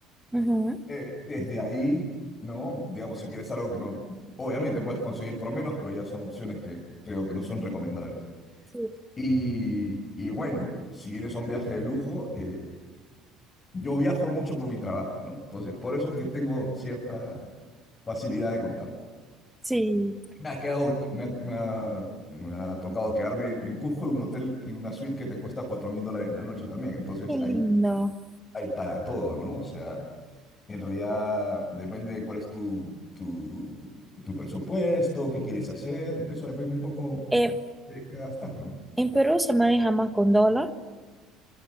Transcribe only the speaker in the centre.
ujú,
Sí,
sí.
Qué lindo.
Eh,
en Perú se maneja más con dólar.